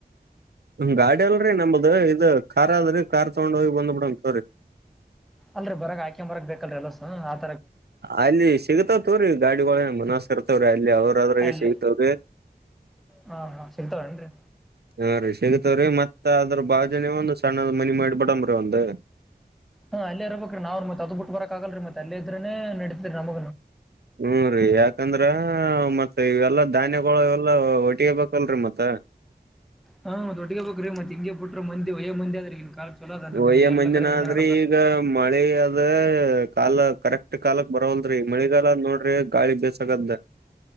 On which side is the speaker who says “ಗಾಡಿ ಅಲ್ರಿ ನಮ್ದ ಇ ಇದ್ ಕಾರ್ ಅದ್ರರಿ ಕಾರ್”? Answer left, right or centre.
Right